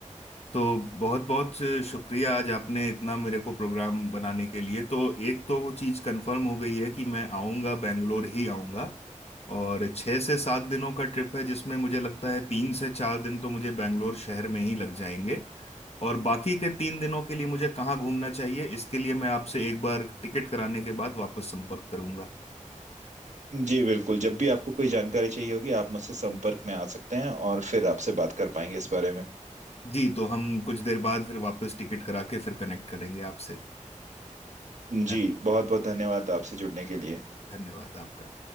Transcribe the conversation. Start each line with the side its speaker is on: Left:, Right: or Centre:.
Left: तो बहुत बहुत शुक्रिया आज आपने इतना मेरे को प्रोग्राम बनाने के लिए तो एक तो वो चीज़ कंफर्म हो गई है कि मैं आऊँगा बेंगलोर ही आऊँगा और छः से सात दिनों का ट्रिप है जिसमें मुझे लगता है तीन से चार दिन तो मुझे बेंगलोर शहर में ही लग जाएंगे और बाकी के तीन दिनों के लिए मुझे कहाँ घूमना चाहिए इसके लिए मैं आपसे एक बार टिकट कराने के बाद वापस संपर्क करूंगा
Right: जी बिल्कुल जब भी आपको कोई जानकारी चाहिए होगी आप मुझसे संपर्क में आ सकते हैं और फिर आपसे बात कर पाएंगे इस बारे में
Left: जी तो हम कुछ देर बाद फिर वापस टिकट करा के फिर कनेक्ट करेंगे आपसे धन-
Right: जी बहुत बहुत धन्यवाद आपसे जुड़ने के लिए
Left: धन्यवाद आपका